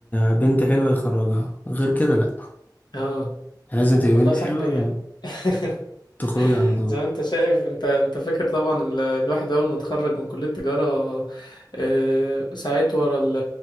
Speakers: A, on the left; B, on the left.
A: بنت حلوة يخرجها غير كده لأ
B: اه
A: لازم تبقى
B: والله
A: بنت
B: يا صاحبي
A: حلوة ده
B: <laughs>
A: تخرجي على طول
B: زي ما انت شايف انت انت فاكر طبعا ال- الواحد اول ما اتخرج من كلية تجارة اه، سعيت ورا ال